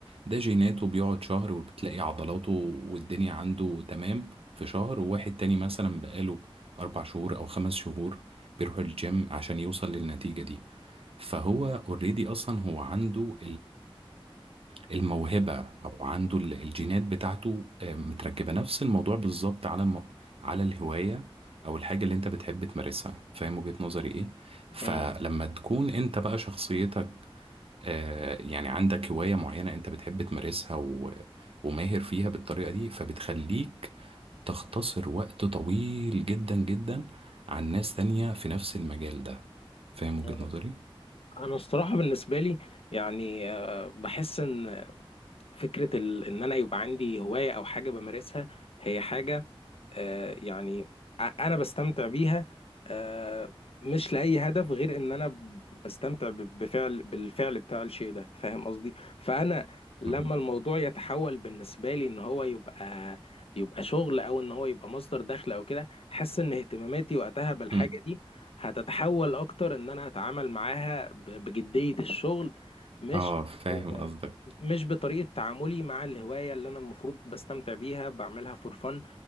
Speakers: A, on the right; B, on the left.
A: ده جيناته بيقعد شهر وبتلاقي عضلاته والدنيا عنده تمام في شهر وواحد تاني مثلا بقاله أربع شهور أو خمس شهور بيروح الجيم عشان يوصل للنتيجة دي فهو اوريدي أصلا هو عنده الموهبة أو عنده ال- الجينات بتاعته آه، متركبة نفس الموضوع بالظبط على م... على الهواية أو الحاجة اللي أنت بتحب تمارسها فاهم وجهة نظري إيه؟ فلما
B: مم.
A: تكون أنت بقى شخصيتك آه، يعني عندك هواية معينة أنت بتحب تمارسها و... وماهر فيها بالطريقة دي فبتخليك تختصر وقت طويل جدا جدا عن ناس تانية في نفس المجال ده فاهم وجهة
B: مم.
A: نظري؟
B: انا الصراحة بالنسبة لي يعني آه، بحس ان فكرة ال ان انا يبقى عندي هواية او حاجة بمارسها هي حاجة آه، يعني ع- انا بستمتع بيها آه، مش لاي هدف غير ان انا ب- بستمتع ب- بفعل بالفعل بتاع الشيء ده فاهم قصدي فانا لما
A: مم.
B: الموضوع يتحول بالنسبه لي ان هو يبقى يبقى شغل او ان هو يبقى مصدر دخل او كده حاسس ان اهتماماتي وقتها بالحاجه
A: مم.
B: دي هتتحول اكتر ان انا اتعامل معاها ب- بجديه الشغل مش
A: اه فاهم
B: آه،
A: قصدك
B: مش بطريقه تعاملي مع الهوايه اللي انا المفروض بستمتع بيها بعملها فور فن